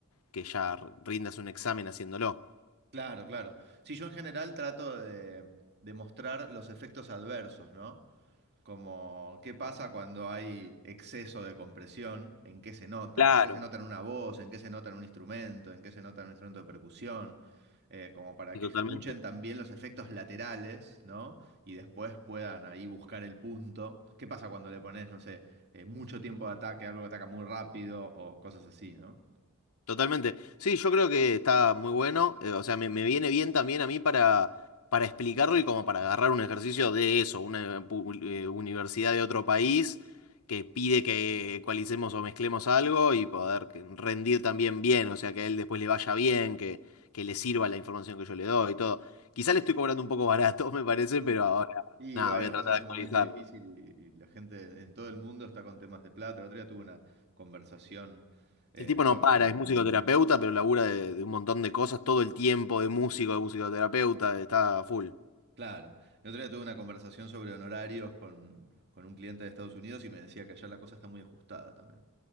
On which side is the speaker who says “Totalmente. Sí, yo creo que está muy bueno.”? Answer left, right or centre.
Left